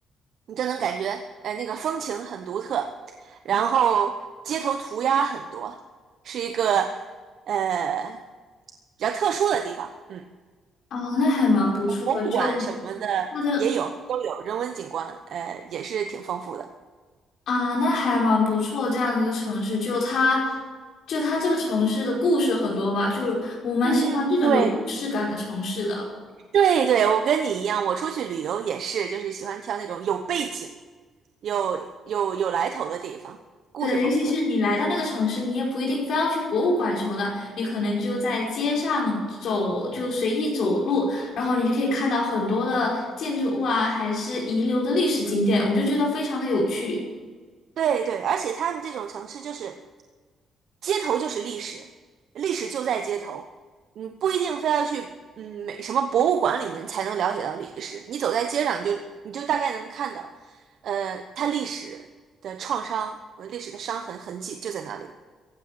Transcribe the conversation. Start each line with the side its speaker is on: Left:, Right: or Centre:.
Right: 你就能感觉，呃，那个风情很独特，然后街头涂鸦很多，是一个呃比较特殊的地方，嗯。
Left: 哦，那还蛮不错的，
Right: 博物馆什么的也有，
Left: 就它的
Right: 都有人文景观，呃，也是挺丰富的。
Left: 啊，那还蛮不错这样的一个城市，就它就它这个城市的故事很多吧，就我蛮喜欢这种有故事感的城市的。
Right: 嗯，对对对，我跟你一样，我出去旅游也是，就是喜欢挑那种有背景、有有有来头的地方，故事丰富的。
Left: 对，尤其是你来到那个城市，你也不一定非要去博物馆什么的，你可能就在街上走，就随意走路，然后你就可以看到很多的建筑物啊，还是遗留的历史景点，我就觉得非常的有趣。
Right: 对对，而且他们这种城市就是街头就是历史，历史就在街头，你不一定非要去嗯美什么博物馆里面才能了解到历史，你走在街上你就你就大概能看到，呃，它历史的创伤，呃历史的伤痕痕迹就在那里。